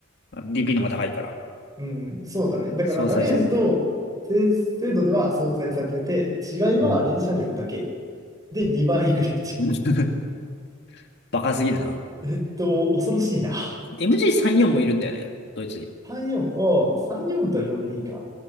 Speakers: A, on the left; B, on the right.
A: あ DP の方が高いから、
B: うん、そうだね。だからダメージと精精度では相殺されてて、
A: 相殺されてる。
B: 違いは連射力だけ
A: うん。
B: で2倍ぐらい違
A: <laughs> バカすぎるな。
B: う。えっと、恐ろしいな。
A: MG34 もいるんだよね。ドイツに。
B: 34、よんおう、34と42か。